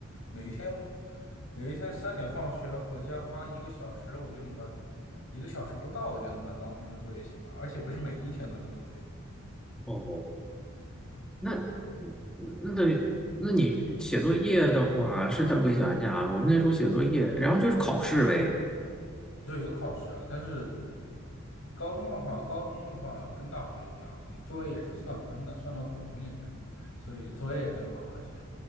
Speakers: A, on the left; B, in the centre.
A: 每一天每一天三点放学回家花一个小时，我就能把一个小时不到，我就能把当天的作业写完，而且不是每一天都有作业，
B: <laughs> 哦，那嗯那对，那你写作业的话，是怎么想想啊？我们那时候写作业，然后就是考试呗。
A: 对，有考试啊。但是高中的话，高中的话跟大学一样，你作业也是算分的，算到总分里面的，所以作业也得好好写。